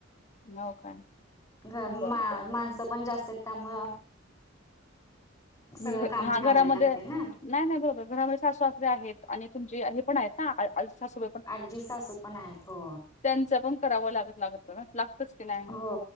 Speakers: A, on the left; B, on the left.
A: हो हो, काय
B: घ र
A: बर बर
B: माणसं पण जास्त आहेत, त्यामुळं सगळं
A: हम्म,
B: काम
A: हा
B: पण
A: घरामध्ये
B: आवरायला लागतंय ना.
A: नाही नाही बरोबर घरामध्ये सास सासरे आहेत आणि तुमचे हे पण आहेत ना आ तसासू
B: आजी सासू पण आहेत हो,
A: त्यांच पण करावं लागत लागत ना लागतंच की नाही
B: हो